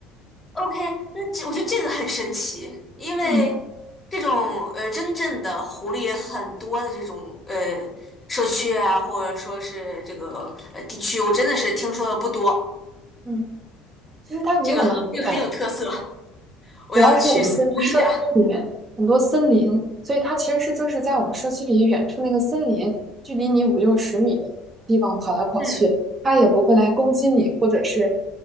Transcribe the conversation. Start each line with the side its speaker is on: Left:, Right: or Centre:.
Left: OK，那这我觉得这个很神奇，因为这种呃真正的狐狸很多的这种呃社区啊，
Right: 嗯
Left: 或者说是这个呃地区，我真的是听说的不多。
Right: 嗯。其实它离我们很远，
Left: 这个这个很有特色，我要去搜一下。
Right: 主要是我们这个社区里面很多森林，所以它其实是就是在我们社区里远处那个森林，距离你五六十米的地方跑来跑去，
Left: 嗯，
Right: 它也不会来攻击你，或者是